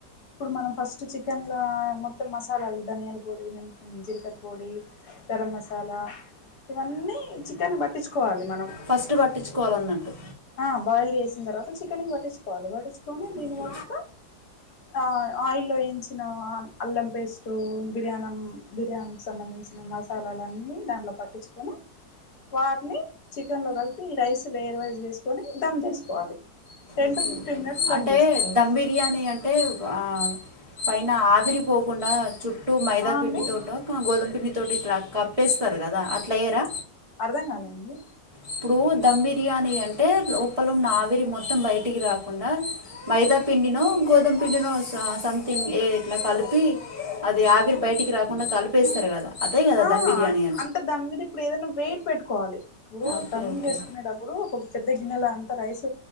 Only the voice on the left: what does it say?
ఇప్పుడు మనం ఫస్ట్ చికెన్ల మొత్తం మసాలాలు ధనియాల పొడి మ జీలకర్ర పొడి గరం మసాలా ఇవన్నీ చికెన్ కి పట్టించుకోవాలి మనం
ఆ బాయిల్ చేసిన తర్వాత చికెన్ కి పట్టించుకోవాలి పట్టించుకొని దీని
మొత్తం ఆ ఆయిల్లో వయించిన అల్లం పేస్ట్ బిర్యానం బిర్యానీ సంబంధించి మసాలాలున్నీ దాంట్లో పట్టించుకొని వాటిని చికెన్ లో కలిపి ఈ రైస్ లేయర్ వైజుగా ఎసుకోనీ ధమ్ జేసుకోవాలి టెన్
టు ఫిఫ్
మినిట్స్ దమ్
చేసుకోవాలి
ఆ
అండి
అర్థం కాలే అండి
ఆ
ఆ
అంటే దాని మీద ఇప్పుడు ఏదైనా వెయిట్ పెట్టుకోవాలి ఇప్పుడు
దనం
చేసుకునేటప్పుడు ఒక పెద్ద గిన్నెల అంతా రైస్